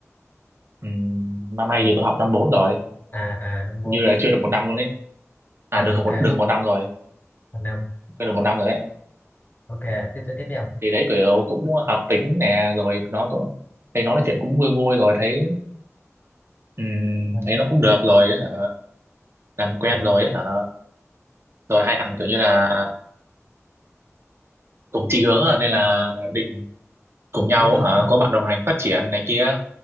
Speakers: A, on the right; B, on the left.
A: ừm, năm nay thì tôi học năm bốn rồi
B: À à năm bốn.
A: như là chưa được một năm luôn ấy à
B: À
A: được
B: ok,
A: một được một năm rồi
B: năm. năm.
A: quên được một năm rồi đấy
B: Ok, tiếp tiếp tiếp đi ông.
A: thì thấy kiểu cũng hợp tính nè rồi nó cũng thấy nó nói chuyện cũng vui vui rồi thấy ừm,
B: À,
A: thấy nó cũng được rồi ấy hả làm quen
B: Phục
A: rồi ấy hả rồi hai thằng kiểu như là cùng chí hướng à, nên là định cùng
B: Phục
A: nhau
B: chí hướng
A: hả
B: hả?
A: có bạn đồng hành phát triển này kia